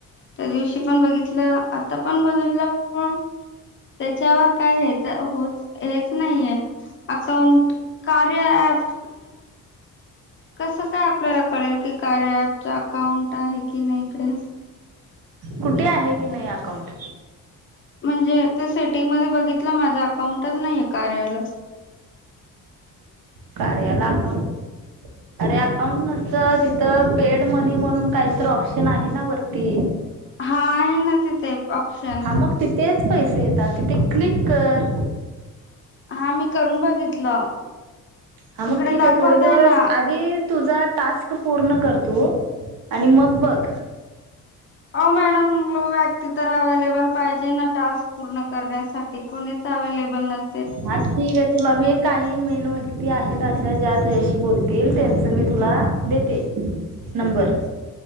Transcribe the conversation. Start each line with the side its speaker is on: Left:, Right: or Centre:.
Left: त्या दिवशी पण बघितलं आता पण बघितलं पण त्याच्यावर काय हे तर हो हेच नाहीये अकाउंट कार्या अॅप कसं काय आपल्याला कळेल की कार्या पच अकाउंट आहे की नाही इकडे
Right: कुठे आहे की नाही अकाउंट
Left: म्हणजे ते सेटिंग मध्ये बघितलं माझं अकाउंटच नाहीे कार्याला
Right: कार्याला अकाउंट अरे अकाउंट नसत तिथं पेड मनी म्हणून काहीत ऑप्शन आहे ना वरती.
Left: हा आहे ना तिथे ऑप्शन
Right: हां मग तेच पैसे येतात तिथे क्लिक कर
Left: हा मी करून बघितलं
Right: हा मग
Left: तिकडे
Right: ठीक
Left: दाखवतय
Right: आहे थोडे दिवस
Left: ना
Right: आधी तुझा टास्क पूर्ण कर तु. आणि मग बघ.
Left: हो मॅडम व्यक्ती तर अव्लेबल पाहिजे ना टास्क पूर्ण करण्यासाठी कोणीच अवेलेबल नस
Right: हा ठीक आहे तुला मी काही मेन व्यक्ती आहेत अशा ज्या तुझ्याशी बोलतील त्यांचं मी तुला देते नंबर